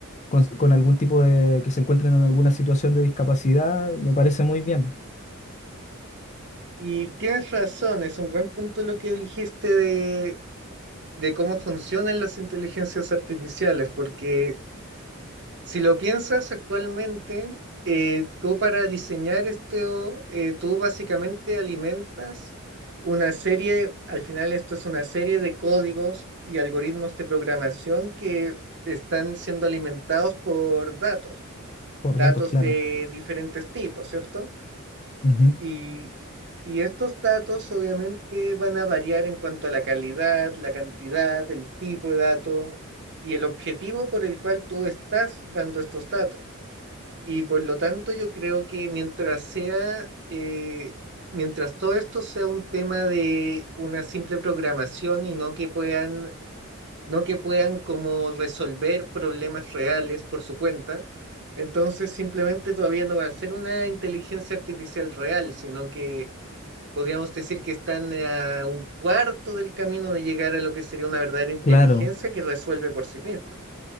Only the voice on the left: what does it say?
con, con algún tipo de, que se encuentren en alguna situación de discapacidad, me parece muy bien,
por
datos, claro.
Ujú,
Claro,